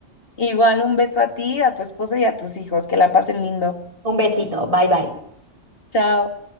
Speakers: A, on the left; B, on the right.
A: Igual un beso a ti, a tu esposo y a tus hijos. Que la pasen lindo.
B: Un besito. Bye bye.
A: Chao.